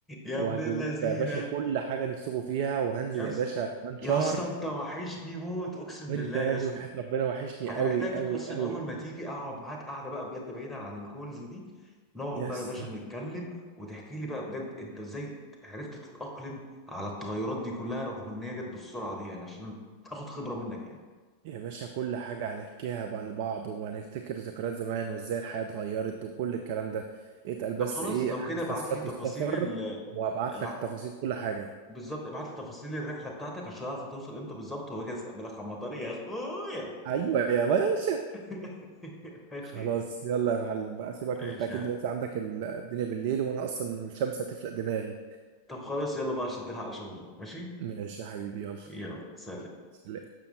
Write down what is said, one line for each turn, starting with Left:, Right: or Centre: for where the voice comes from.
Centre: يا
Right: وهجيب
Centre: ابن اللذينه
Right: لكم يا باشا كل حاجة نفسكم فيها وهنزل
Centre: يا
Right: يا
Centre: اسطى
Right: باشا كمان شهر
Centre: يا اسطى انت وحشني موت اقسم
Right: وانت
Centre: بالله
Right: يا
Centre: يا
Right: ابني
Centre: اسطى
Right: وحياة ربنا وحشني
Centre: انا
Right: قوي
Centre: محتاجك
Right: قوي
Centre: اصلا
Right: قوي
Centre: اول ما تيجي اقعد معاك قاعده بقى بجد بعيدا عن الكولز دي نقعد
Right: يس
Centre: بقى يا باشا نتكلم وتحكي لي بقى بجد انت ازاي عرفت تتاقلم على التغيرات دي كلها رغم ان هي جت بالسرعه دي يعني عشان اخد خبره منك يعني
Right: يا باشا كل حاجة هنحكيها بقى لبعض وهنفتكر ذكريات زمان وازاي الحياة اتغيرت وكل الكلام ده اتقل بس
Centre: طب خلاص
Right: ايه
Centre: لو
Right: حاجز
Centre: كده ابعت
Right: تذكرة
Centre: لي تفاصيل
Right: السفر
Centre: ال
Right: وهبعت
Centre: ابعت
Right: لك تفاصيل كل حاجة
Centre: بالظبط ابعت لي تفاصيل الرحله بتاعتك عشان اعرف هتوصل امتى بالظبط واجي استقبلك على المطار يا اخويا
Right: ايوه يا باشا
Centre: <laughs> ماشي
Right: خلاص يلا يا معلم بقى سيبك عشان
Centre: ماشي
Right: انت اكيد دلوقتي عندك ال- الدنيا بالليل وانا اصلا الشمس هتفلق دماغي
Centre: طب خلاص يلا بقى عشان تلحق شغلك ماشي
Right: ماشي يا حبيبي يلا
Centre: يلا سلام
Right: سلام.